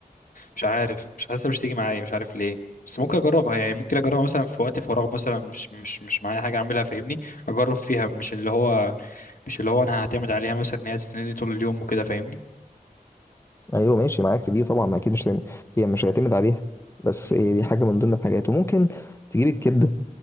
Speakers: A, on the left (about 70°); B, on the left (about 20°).
A: مش عارف مش حاسه مش تيجي معايا مش عارف ليه بس ممكن اجربها يعني ممكن اجربها مثلا في وقت فراغ مثلا مش مش مش معايا حاجه اعملها فاهمني اجرب فيها مش اللي هو مش اللي هو انا هعتمد عليها مثلا ان هي تسندني طول اليوم وكده فاهمني
B: ايوه ماشي معاك في دي طبعا ما اكيد مش هتعمل- هي مش هيعتمد عليها بس
A: مم.
B: هي دي حاجه من ضمن الحاجات وممكن تجيب الكبده